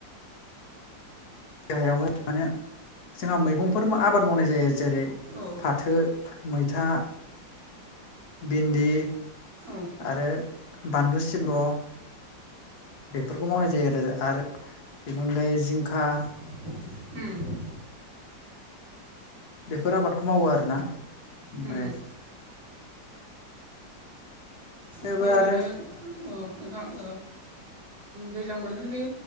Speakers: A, on the left; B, on the right.
A: गाहायावहाय माने जोंहा मैगंफोर आबाद मावनाय जायो। जेरै
B: औ
A: फाथो, मैथा बिन्दि
B: औ
A: आरो बानलु सिब्र' बेफोरखौ मावनाय जायो आरो, आरो बेनि अनगायै जिंखा
B: ओम।
A: बेफोर आबादखौ मावो आरोना ओमफ्राय
B: ओम ओम ओमफ्राय
A: थेवबो
B: ओरैनो
A: आरो
B: ओ नोंथां ओ‌ दैज्लां बोथोरनि